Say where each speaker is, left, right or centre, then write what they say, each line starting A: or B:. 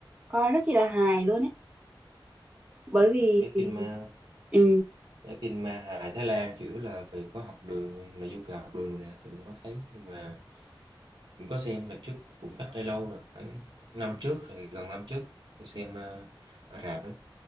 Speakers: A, on the right; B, on the right.
A: Coi rất chi là hài luôn á. bởi vì
B: mấy phim ma
A: ừ
B: mấy phim ma hài Thái Lan chủ yếu là phải có học đường nội dung về học đường rồi nè tôi cũng có thấy nhưng mà cũng có xem lần trước cũng cách đây lâu rồi khoảng năm trước rồi gần năm trước tôi xem ờ, ở rạp ấy